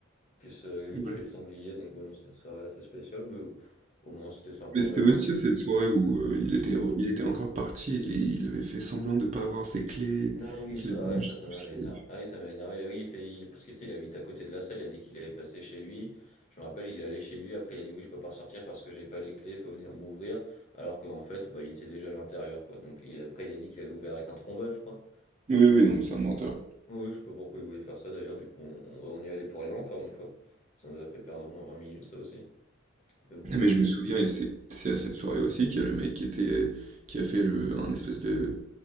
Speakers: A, on the left; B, on the right.
A: Plus euh, lui
B: Ouais.
A: qui fait le sanglier, donc ouais, non, c'était une soirée assez spéciale, mais bon, au moins c'était sympa,
B: Mais
A: on
B: c'était
A: avait
B: aussi
A: un-
B: à cette soirée où euh, il était, re- il était encore parti, il, il avait fait semblant de ne pas avoir ses clés,
A: Ah oui,
B: qu'il
A: ça,
B: avait,
A: ouais,
B: je
A: ça,
B: sais
A: ça
B: plus
A: m'avait
B: ce qu'il
A: énervé. Ah oui, ça m'avait énervé. Oui, il fait, il- parce que tu sais, il habite à côté de la salle, il a dit qu'il avait passé chez lui. Je me rappelle, il est allé chez lui, après il a dit oui, je peux pas ressortir parce que j'ai pas les clés, faut venir m'ouvrir. Alors qu'en fait, bah, il était déjà à l'intérieur, quoi. Donc il, après, il a dit qu'il avait ouvert avec un trombone, je crois.
B: Oui, oui, non, mais c'est un menteur.
A: Oui, je sais pas pourquoi il voulait faire ça d'ailleurs, du coup, on, on y allait pour rien encore une fois. Ça nous a fait perdre au moins 20 minutes, ça aussi. Mais bon.
B: Mais je me souviens, et c'est c'est à cette soirée aussi, qu'il y a le mec qui était, qui a fait le- un espèce de,